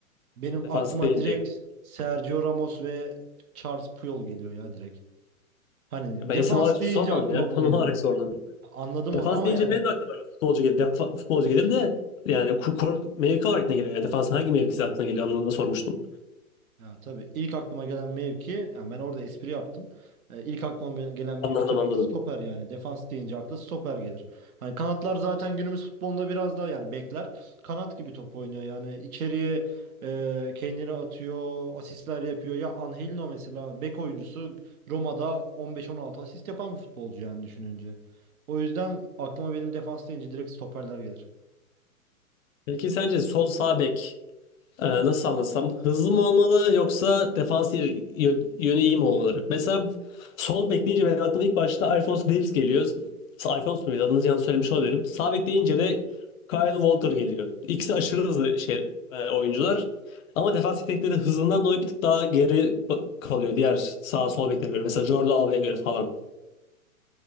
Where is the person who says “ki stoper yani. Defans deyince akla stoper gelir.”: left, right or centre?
Right